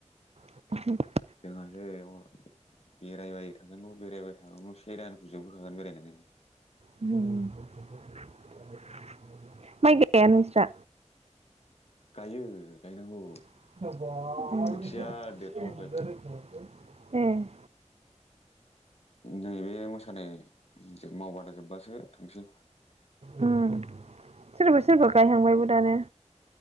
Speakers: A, on the right; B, on the left.
A: <inaudible>
B: जोंहासो बेरायबाय थागोनल' बेरायबाय थागोनल' से दानखौ जोबहोखागोन बेरायनानैनो।
A: <unintelligible> ए नोंस्रा
B: गायो गायनांगौ।
A: <unintelligible>
B: खोथिया देरथ'वाखै
A: ए।
B: नै बे मोसानाय मावबादा जोब्बासो थांसै।
A: उ सोरबा सोरबा गायहांबायबो दानो।